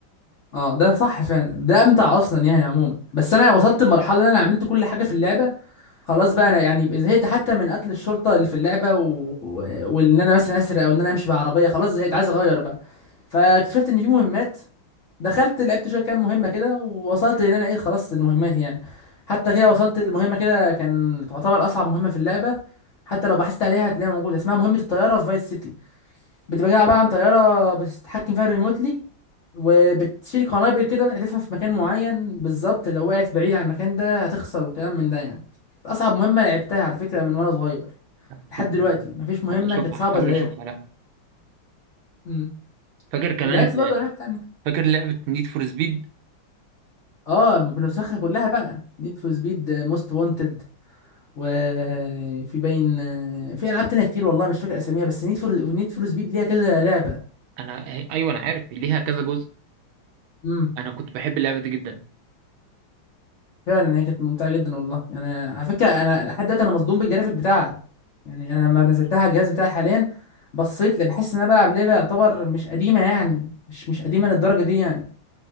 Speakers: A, on the left; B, on the right.
A: اه ده صح فعلا ده امتع اصلا يعني عموما بس انا وصلت لمرحله ان انا عملت كل حاجه في اللعبه خلاص بقى انا يعني زهقت حتى من قتل الشرطه اللي في اللعبه و... و... وان انا مثلا اسرق او ان انا امشي بعربيه خلاص زهقت عايز اغير بقى فاكتشفت ان في مهمات دخلت لعبت شويه كام مهمه كده ووصلت ان انا ايه خلصت المهمات يعني حتى كده وصلت المهمه كده كان تعتبر اصعب مهمه في اللعبه حتى لو بحثت عليها هتلاقيها موجوده اسمها مهمه الطياره في فايس سيتي بتبقى عباره عن طياره بتتحكم فيها ريموتلي وبتشيل قنابل كده بتحدفها في مكان معين بالظبط لو وقعت بعيد عن المكان ده هتخسر وكلام من ده يعني كانت اصعب مهمه لعبتها على فكره من وانا صغير
B: اشوف
A: لحد دلوقتي
B: الموضوع
A: مفيش مهمه
B: هبقى اشوفها
A: كانت صعبه
B: احاول
A: زيها
B: اشوفها لا
A: امم
B: فاكر كمان
A: لعبت برضه العاب تانية
B: فاكر لعبه نيد فور سبيد
A: اه بنسخها كلها بقى نيد فور سبيد موست وانتد وفي باين في العاب تانية كتير والله مش فاكر اساميها بس نيد فور نيد فور سبيد ليها كذا لعبه
B: انا آه، ايوه انا عارف ليها كذا جزء
A: امم
B: انا كنت بحب اللعبه دي جدا
A: فعلا هي كانت ممتعه جدا والله يعني على فكره انا لحد دلوقتي انا مصدوم بالجرافيك بتاعها يعني انا لما نزلتها على الجهاز بتاعي حاليا بصيت لي بحس ان انا بلعب لعبه يعتبر مش قديمه يعني مش مش قديمه للدرجه دي يعني